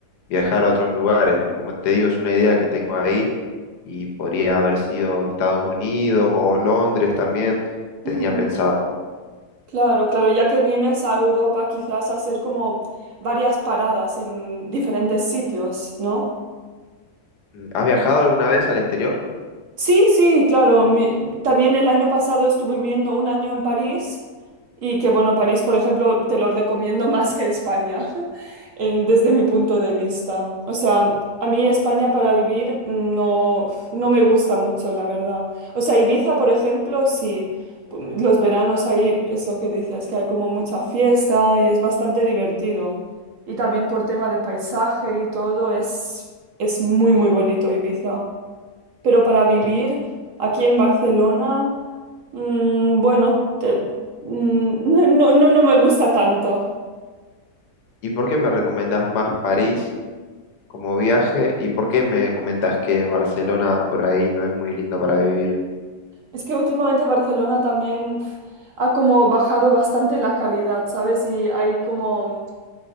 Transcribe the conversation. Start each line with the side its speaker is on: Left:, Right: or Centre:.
Left: viajar a otros lugares. Como te digo, es una idea que tengo ahí y podría haber sido Estados Unidos o Londres también, tenía
Right: Ujú.
Left: pensado.
Right: Claro, claro, ya que vienes a Europa quizás a hacer como varias paradas en diferentes sitios, ¿no?
Left: Mm, ¿Has viajado alguna vez al exterior?
Right: Sí, sí, claro. mi- también el año pasado estuve viviendo un año en París y que bueno, París, por ejemplo, te lo recomiendo <laughs> más que España, <laughs> en- desde mi punto de vista. O sea, a mí España para vivir no, no me gusta mucho, la verdad. O sea, Ibiza, por ejemplo, sí. Los veranos ahí es lo que dices, que hay como mucha fiesta y es bastante divertido. Y también por tema de paisaje y todo, es, es muy, muy bonito Ibiza pero para vivir
Left: ¿Y,
Right: aquí en Barcelona, mm, bueno, te- mm, <laughs> no, no, no me gusta tanto.
Left: y por qué me recomendás más París como viaje? ¿Y por qué me comentás que Barcelona por ahí no es muy lindo para vivir?
Right: Es que últimamente Barcelona también pf, ha como bajado bastante la calidad, ¿sabes? Y hay como